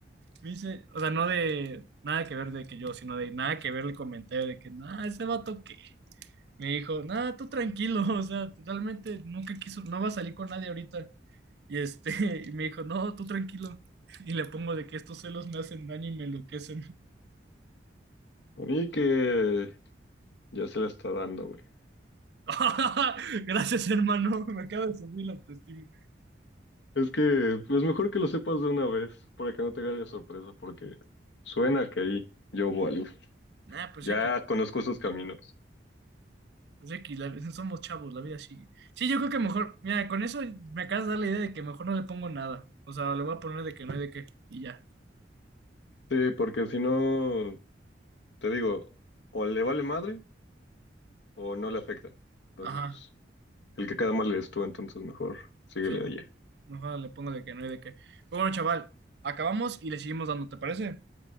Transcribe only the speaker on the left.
A mí que ya se la está dando, güey.
Es que es mejor que lo sepas de una vez para que no te agarre de sorpresa, porque suena que ahí yo hubo algo.
Ya
conozco esos caminos.
Sí, porque si no, te digo, o le vale madre o no le afecta. Entonces,
pues, el que queda mal eres tú, entonces mejor síguele,
oye.